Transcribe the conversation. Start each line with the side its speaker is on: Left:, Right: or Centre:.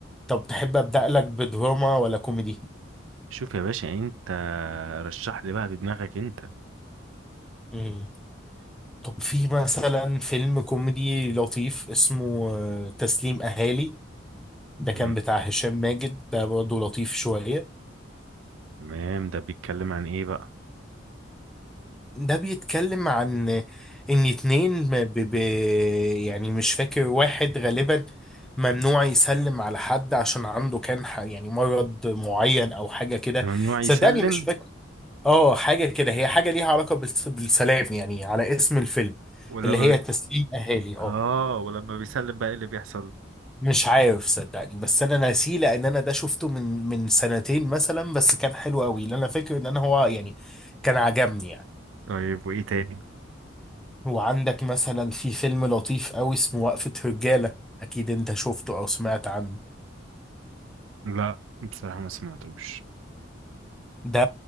Centre: طب تحب أبدأ لك بدراما ولا كوميدي
Right: شوف يا باشا انت رشح لي بقى بدماغك انت
Centre: مم. طب في مثلا فيلم كوميدي لطيف اسمه آه، تسليم أهالي ده
Right: مم.
Centre: كان بتاع هشام ماجد ده برضه لطيف شوية
Right: تمام ده بيتكلم عن ايه بقى
Centre: ده بيتكلم عن إن اتنين ب... ب... يعني مش فاكر واحد غالبا ممنوع يسلم على حد عشان عنده كان ح... يعني مرض معين أو حاجة كده
Right: ممنوع
Centre: صدقني
Right: يسلم
Centre: مش فاكر اه حاجة كده هي حاجة ليها علاقة بالس- بالسلام يعني على اسم الفيلم
Right: ولما
Centre: اللي هي
Right: بي...
Centre: تسليم أهالي اه
Right: اه ولما بيسلم بقى ايه اللي بيحصل
Centre: مش عارف صدقني بس انا ناسيه لان انا ده شفته من من سنتين مثلا بس كان حلو قوي اللي انا فاكر ان انا هو يعني كان عجبني يعني
Right: طيب وايه تاني
Centre: وعندك مثلا في فيلم لطيف قوي اسمه وقفة رجالة اكيد انت شفته او سمعت عنه
Right: لا بصراحة ما سمعتوش
Centre: ده